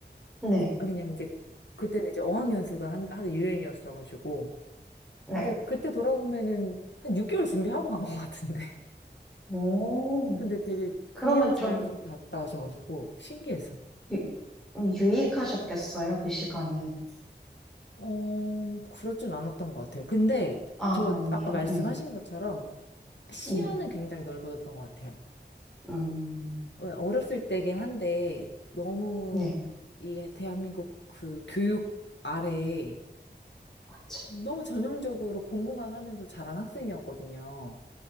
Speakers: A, in the centre; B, on the left.
A: 네.
B: 아, 그냥 이제 그때는 이제 어학연수가 한, 하도 유행이었어가지고.
A: 네.
B: 근데 그때 돌아보면은 한 6개월 준비하고 간 것 같은데. <laughs>
A: 오,
B: 근데 되게
A: 그러면
B: 그냥 자연스럽게
A: 좀
B: 갔다 오셔가지고 신기해서.
A: 유, 음, 유익하셨겠어요, 그 시간이.
B: 어, 그렇진 않았던 것 같아요. 근데
A: 아,
B: 저
A: 아니에요.
B: 아까 말씀하신
A: 네.
B: 것처럼 시야는
A: 네.
B: 굉장히 넓어졌던 것 같아요.
A: 음,
B: 어, 어렸을 때긴 한데 너무
A: 네.
B: 이 대한민국 그 교육 아래
A: 맞아.
B: 너무 전형적으로 공부만 하면서 자란 학생이었거든요.